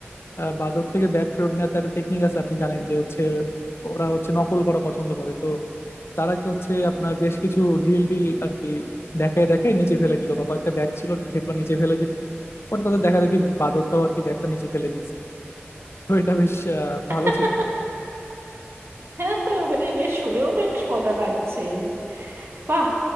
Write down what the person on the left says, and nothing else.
আহ, বাঁদর থেকে ব্যাগ ফেরত নেওয়ার তো একটা টেকনিক আছে আপনি জানেন যে হচ্ছে ওরা হচ্ছে নকল করা পছন্দ করে তো তারা কি হচ্ছে আপনার বেশ কিছু ঢিল টিল আর কি দেখায় দেখে নিচে ফেলে দিল বা কয়েকটা ব্যাগ ছিল সেগুলো নিচে ফেলে দিল পরে তাদের দেখা দেখি বাঁদরটাও আর কি ব্যাগটা নিচে ফেলে দিচ্ছে তো এটা বেশ আহ,
ভালো ছিল